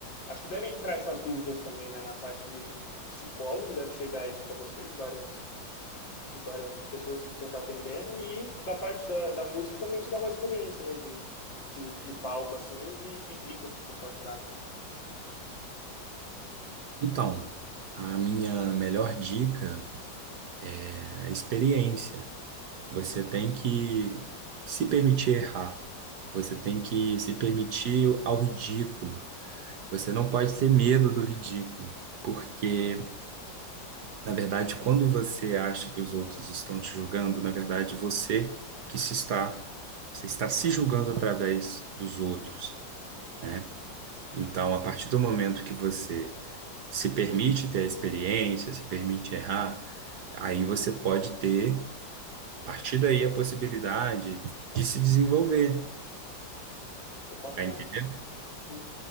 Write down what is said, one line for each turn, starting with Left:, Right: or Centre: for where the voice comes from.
Left: acho que devem entrar essas dúvidas também, né, na parte de, de psicólogo, deve chegar isso para você, de vários de várias pessoas que você está atendendo, e da parte da, da música também te dá uma experiência, né, de, de, de palco, assim, e de, de dicas que você pode dar, assim.
Right: Então, a minha melhor dica é a experiência. Você tem que se permitir errar. Você tem que se permitir ao ridículo. Você não pode ter medo do ridículo, porque, na verdade, quando você acha que os outros estão te julgando, na verdade, você que se está, você está se julgando através dos outros, né? Então, a partir do momento que você se permite ter a experiência, se permite errar, aí você pode ter, a partir daí, a possibilidade de se desenvolver,
Left: Pô, bacana.
Right: tá entendendo?
Left: Sim.